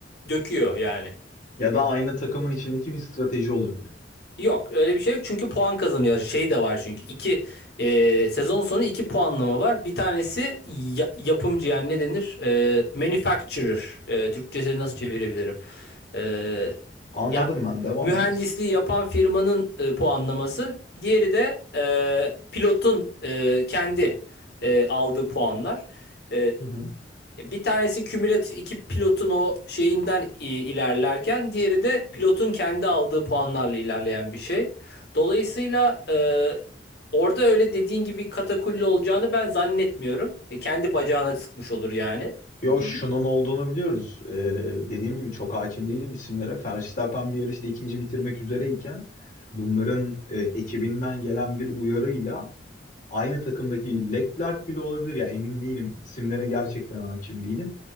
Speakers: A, on the left; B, on the left.
A: döküyor yani.
B: Ya da aynı takımın içindeki bir strateji olabilir.
A: Yok öyle bir şey yok çünkü puan kazanıyor. Şey de var çünkü iki e, sezon sonu iki puanlama var. Bir tanesi ya- yapımcı yani ne denir? E, manufacturer. E, Türkçesini nasıl
B: Hı hı.
A: çevirebilirim? E,
B: Anladım
A: ya
B: ben. Devam
A: mühendisliği
B: et.
A: yapan firmanın e, puanlaması. Diğeri de e, pilotun e, kendi e, aldığı puanlar. E,
B: Hı hı.
A: bir tanesi kümülatif iki pilotun o şeyinden ilerlerken diğeri de pilotun kendi aldığı puanlarla ilerleyen bir şey. Dolayısıyla e, orada öyle dediğin gibi katakulli olacağını ben zannetmiyorum. E, kendi bacağına sıkmış olur yani.
B: Yo Hı? şunun olduğunu biliyoruz. Ee, dediğim gibi çok hakim değilim isimlere. Verstappen bir yarışta ikinci bitirmek üzereyken bunların e, ekibinden gelen bir uyarıyla aynı takımdaki Leclerc bile olabilir ya emin değilim. İsimlere gerçekten hakim değilim.